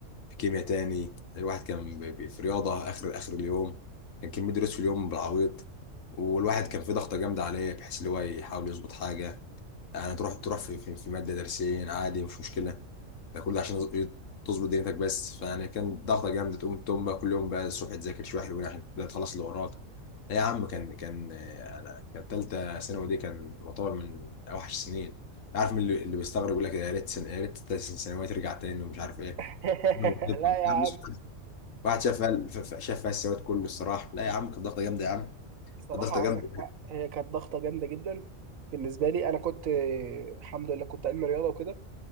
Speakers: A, on the left (about 70°); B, on the right (about 85°).
A: في كيمياء تاني الواحد كان ب- ب- في رياضة آخر آخر اليوم كان كمية دروس في اليوم بالعويط والواحد كان في ضغطة جامدة عليه بحيث اللي هو يحاول يظبط حاجة يعني تروح تروح في, في, في مادة درسين عادي مش مشكلة ده كله عشان يز- تظبط دنيتك بس فيعني كان ضغطة جامدة تقوم تقوم بقى كل يوم بقى الصبح تذاكر شوية حلوين عشان ده تخلص اللي وراك يا عم كان كان آه، انا كانت تالتة ثانوي دي كان يعتبر من اوحش السنين عارف من اللي, اللي بيستغرب يقول لك يا ريت سن... يا ريت تالتة ثانوي ترجع تاني ومش عارف ايه
B: <laughs>
A: أنا بفضل.
B: لا يا
A: يا
B: عم
A: عم بس بفضل. واحد شاف فيها- ف- ف- شاف فيها السواد كله الصراحة لا يا عم كانت ضغطة جامدة يا عم
B: صراحة
A: كانت ضغطة
B: عندك
A: جامدة
B: حق هي كانت ضغطة جامدة جدا بالنسبة لي أنا كنت آه، الحمد لله كنت علم رياضة وكده